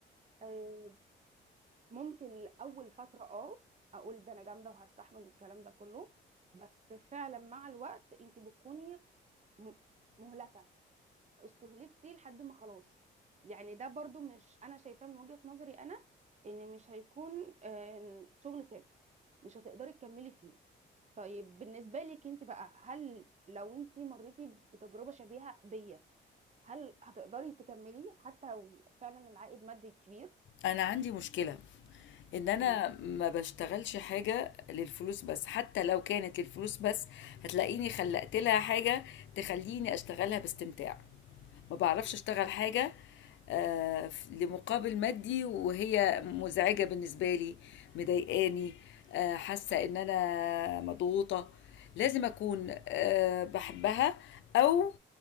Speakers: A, on the right; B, on the left.
A: آه، ممكن لاول فتره اه اقول ده انا جامده وهستحمل والكلام ده كله بس فعلا مع الوقت انت بتكوني م- مهلكه استهلكتي لحد ما خلاص يعني ده برضو مش انا شايفاه من وجهة نظري انا ان مش هيكون آم، شغل ثابت مش هتقدري تكملي فيه طيب بالنسبة لك انت بقى هل لو انت مريتي بتجربة شبيهة بيا هل هتقدري تكملي حتى لو فعلا العائد مادي كبير
B: انا عندي مشكلة ان انا
A: قولي
B: ما بشتغلش حاجه للفلوس بس حتى لو كانت للفلوس بس هتلاقيني خلقت لها حاجه تخليني اشتغلها باستمتاع ما بعرفش
A: مم.
B: اشتغل حاجه آه، لمقابل مادي وهي مزعجه بالنسبه لي مضايقاني آه، حاسه ان انا مضغوطه لازم اكون آه، بحبها او